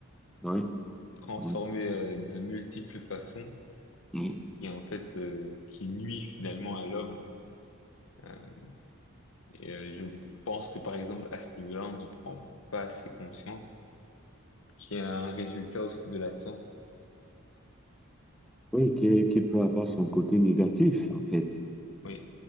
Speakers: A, in the centre; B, on the left (about 65°).
A: ouais,
B: transformés
A: ouais,
B: euh, de multiples façons,
A: ouais.
B: et en fait euh, qui nuit finalement à l'homme. hein. Euh, et euh, je pense que par exemple à ce niveau-là, on n'en prend pas assez conscience qui est un résultat aussi de la science
A: Oui, qui, qui peut avoir son côté négatif, en fait.
B: Oui.